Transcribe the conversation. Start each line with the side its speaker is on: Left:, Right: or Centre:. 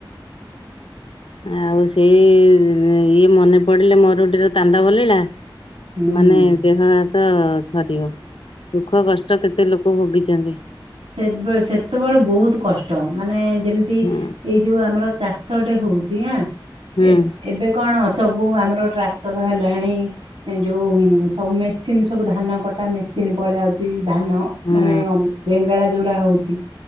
Left: ଆଉ ସେଇ ଇଏ ମନେ ପଡିଲେ ମରୁଟିର ତାଣ୍ଡବ ଲୀଳା
Right: ହୁଁ।
Left: ମାନେ ଦେହ ତ ଥରିବ ଦୁଃଖ କଷ୍ଟ କେତେ ଲୋକ ଭୋଗିଛନ୍ତି।
Right: ସେ ସେତେବେଳେ ବହୁତ କଷ୍ଟ ମାନେ ଯେମିତି
Left: ହୁଁ
Right: ଏଇ ଯୋଉ ଆମର ଚାଷଟେ ହଉଛି ଆଁ
Left: ହୁଁ
Right: ଏବେ ଏବେ କଣ ସବୁ ଆମର ଟ୍ରାକ୍ଟର ହେଲାଣି। ଏ ଯୋଉ ସବୁ ମେସିନ ସବୁ ଧାନ କଟା ମେସିନ ପଳଆାଉଛି। ଧାନ
Left: ହୁଁ
Right: ମାନେ ବେଙ୍ଗେଳା ଯୋଉଡା ହଉଛି।